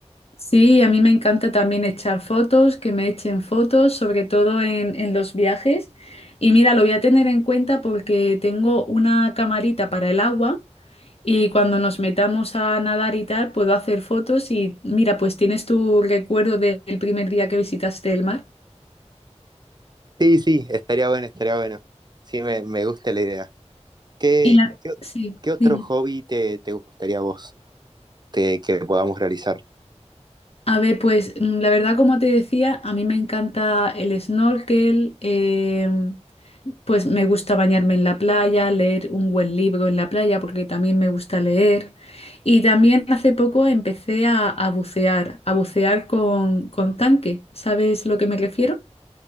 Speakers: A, on the left; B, on the right.
A: Sí, a mí me encanta también echar fotos, que me echen fotos, sobre todo en, en los viajes. Y mira, lo voy a tener en cuenta porque tengo una camarita para el agua y cuando nos metamos a nadar y tal, puedo hacer fotos y mira, pues tienes tu recuerdo del primer día que visitaste el mar.
B: Sí, sí, estaría bueno, estaría bueno. Sí, me, me gusta la idea. ¿Qué,
A: Y la...
B: qué,
A: Sí,
B: qué otro
A: dime.
B: hobby te, te gustaría a vos te- que podamos realizar?
A: A ver, pues mm, la verdad, como te decía, a mí me encanta el snorkel, em, pues me gusta bañarme en la playa, leer un buen libro en la playa, porque también me gusta leer. Y también hace poco empecé a, a bucear, a bucear con, con tanque. ¿Sabes lo que me refiero?